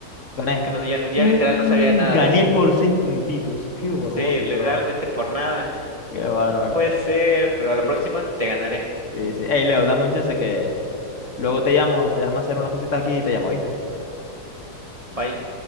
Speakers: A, on the left (about 50°); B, on the right (about 70°).
A: Gané.
B: Que no, ya, no- ya
A: Su-
B: literal no sabía nada
A: Gané
B: de eso.
A: por seis puntitos. Qué barbaridad.
B: Sí, literalmente
A: bro.
B: por nada.
A: Qué bárbaro.
B: No puede ser, pero a
A: Sí,
B: la próxima te ganaré.
A: sí, sí. Ey, Leo, dame un chance que luego te llamo, te déjame hacer unas cositas aquí y te llamo, ¿viste?
B: Bye.